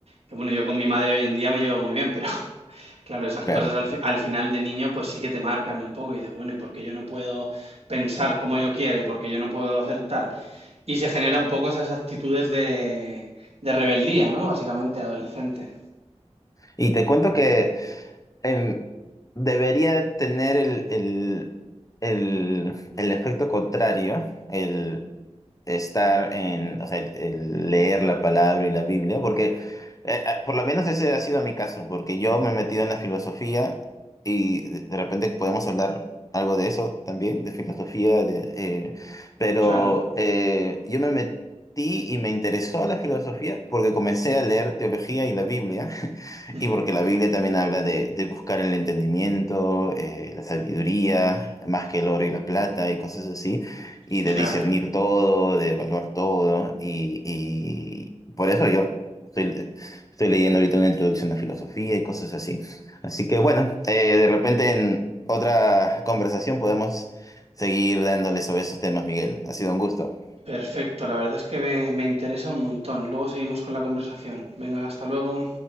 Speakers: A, on the right; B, on the left.
A: Que bueno, yo con mi madre hoy en día me llevo muy bien, pero <laughs> claro, esas
B: Claro.
A: cosas al, fi- al final de niño pues sí que te marcan un poco y dices, bueno, ¿y por qué yo no puedo pensar como yo quiera? ¿Y por qué yo no puedo hacer tal? Y se genera un poco esas actitudes de, de rebeldía, ¿no? Básicamente adolescente.
B: Y te cuento que em, debería tener el, el, el, el efecto contrario, el, estar en, o sea, el- el leer la palabra y la Biblia, porque eh, eh, por lo menos ese ha sido mi caso, porque yo me he metido en la filosofía y de de repente podemos hablar algo de eso también, de filosofía, de, eh, pero
A: Claro,
B: eh, yo me metí y me interesó la filosofía porque comencé a leer teología y la Biblia.
A: ujú,
B: Y porque la Biblia también habla de, de buscar el entendimiento, eh, la sabiduría, más que el oro y la plata y cosas así, y
A: claro.
B: de discernir todo, de evaluar todo. Y, y por eso yo estoy, estoy leyendo ahorita una introducción a filosofía y cosas así. Así que bueno, eh, de repente en otra conversación podemos seguir dándole sobre esos temas, Miguel. Ha sido un gusto.
A: Perfecto, la verdad es que me, me interesa un montón. Luego seguimos con la conversación. Venga, hasta luego.